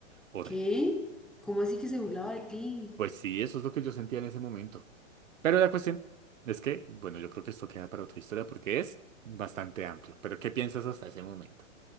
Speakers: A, on the right; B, in the centre.
A: Horrible.
B: ¿qué? ¿Cómo así que se burlaba de ti?
A: Pues sí, eso es lo que yo sentía en ese momento. Pero la cuestión es que, bueno, yo creo que esto queda para otra historia porque es bastante amplio. Pero ¿qué piensas hasta ese momento?